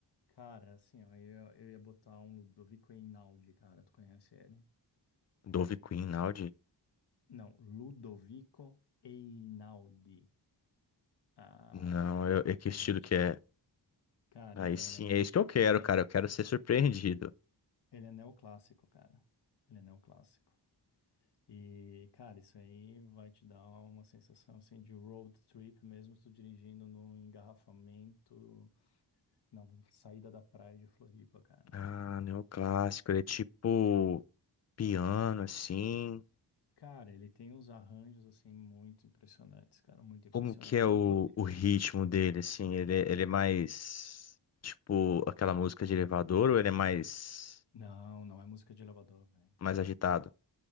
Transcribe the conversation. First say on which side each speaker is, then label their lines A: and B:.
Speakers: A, on the left; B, on the left.
A: Cara, assim, ó, eu, eu ia botar um Ludovico Einaudi, cara. Tu conhece ele?
B: Dove Queen, Audi?
A: Não, Ludovico Einaudi. Ah,
B: Não,
A: cara,
B: eu-
A: agora,
B: é que
A: agora
B: estilo
A: eu te...
B: que é?
A: Cara,
B: Aí
A: então,
B: sim,
A: ele é neo...
B: é isso que eu quero,
A: ele é,
B: cara. Eu quero ser surpreendido.
A: ele é neoclássico, cara. Ele é neoclássico. E, cara, isso aí vai te dar uma sensação assim de road trip, mesmo tu dirigindo num engarrafamento na saída da praia de Floripa, cara.
B: Ah, neoclássico, ele é tipo piano, assim.
A: Cara, ele tem uns arranjos assim muito impressionantes, cara, muito impressionantes.
B: Como que é o,
A: Inclu...
B: o ritmo dele, assim? Ele, é- ele é mais tipo aquela música de elevador ou ele é mais,
A: Não, não é música de elevador, velho.
B: mais agitado?